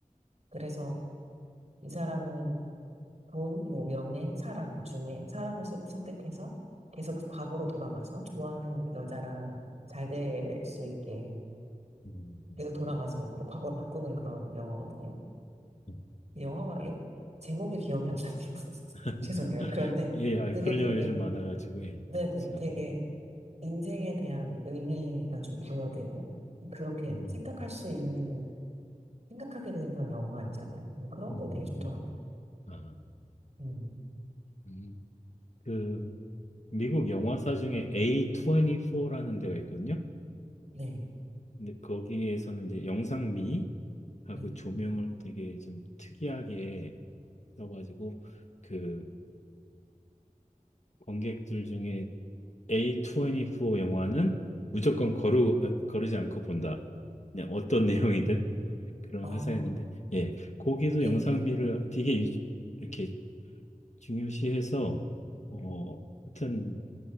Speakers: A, on the right (about 50°); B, on the left (about 55°).
A: 그래서 이 사람은 돈, 뭐, 명예, 사랑 중에 사랑을 스- 선택해서 계속 과거로 돌아가서 좋아하는 여자랑 잘 될 수 있게
B: 음,
A: 계속 돌아가서 뭐 과거를 바꾸는 그런 영화거든요.
B: 음.
A: 이 영화가 여- 제목이 기억이 안 나네요. <laughs>
B: <laughs>
A: 죄송해요. 그런데
B: 예, 아,
A: 그게
B: 그런
A: 되게
B: 영화 요즘 많아가지고, 예,
A: 네네
B: 참.
A: 되게 인생에 대한 의미가 좀 부여되고 그렇게
B: 음,
A: 생각할 수 있는 생각하게 되는 그런 영화가 아니잖아요. 그런
B: 음,
A: 게 되게 좋더라고요.
B: 아,
A: 음,
B: 음. 그, 미국 영화사 중에 A24라는 데가 있거든요.
A: 네.
B: 근데 거기에서는 이제 영상미하고
A: 음.
B: 조명을 되게 좀 특이하게 써가지고, 그, 관객들 중에 A24 영화는 무조건 거루, 어, 거르지 않고 본다. 그냥 어떤 <laughs> 내용이든 그런
A: 아,
B: 회사였는데, 예, 거기도
A: A?
B: 영상미를 되게 유- 이렇게 중요시해서, 어, 하여튼